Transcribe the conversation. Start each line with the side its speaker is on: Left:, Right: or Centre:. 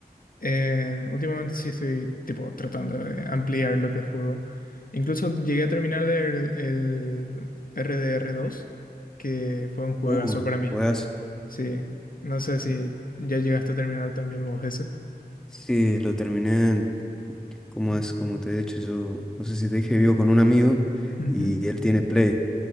Left: Eh, últimamente sí estoy tipo tratando de ampliar lo que juego. Incluso llegué a terminar el, el rdr dos que fue un juegazo
Centre: Uh,
Left: para mí.
Centre: juegazo.
Left: Sí, no sé si ya llegaste a terminar también vos ese.
Centre: Sí, lo terminé, como es, como te he dicho, yo no sé si te dije, vivo con un amigo
Left: Ujú,
Centre: y él tiene Play.